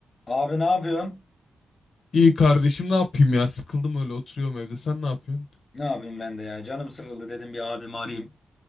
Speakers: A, on the left (about 30°); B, on the left (about 65°).
A: Abi ne yapıyorsun?
B: İyi kardeşim ne yapayım ya? Sıkıldım öyle oturuyorum evde. Sen ne yapıyorsun?
A: Ne yapayım ben de ya. Canım sıkıldı dedim bir abimi arayayım.